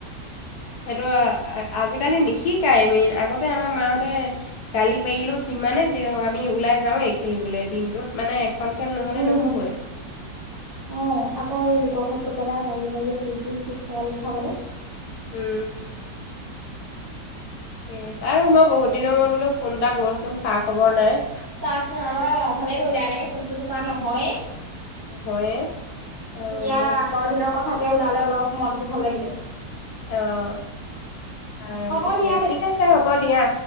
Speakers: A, on the left (about 70°); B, on the right (about 25°).
A: সেইটো-আজিকালি নিশিকাই মিন আগতে আমাক মাহঁতে গালি পাৰিলেও যিমানে যি নহওঁক আমি ওলাই যাওৱেই খেলিবলে। দিনটোত মানে? এখন খেল নহ'লে
B: উম,
A: নহ'বই।
B: অ', আকৌ সেই লোকৰ ঘৰত গৈ পেলাই। বাৰীয়ে বাৰীয়ে, ঘূৰি ফুৰি <unintelligible> ফল খাবলে।
A: উম। এ বাৰু মই বহুত দিনৰ মূৰত বোলো ফোন এটা কৰোচোন, খা খবৰ নাই?
B: তাৰপিছত <unintelligible> অ ভালেই কৰিলা, এনেকে ফোন চোন কৰা নহয়েই। এতিয়া
A: নহয়ে আৰু বোলো
B: আগৰ দিনৰ কথাকে ওলালে অলপ মন <unintelligible> ভাল লাগে
A: অ', আৰু
B: হ'ব
A: তেতিয়া
B: দিয়া
A: ঠিক আছে হ'ব দিয়া।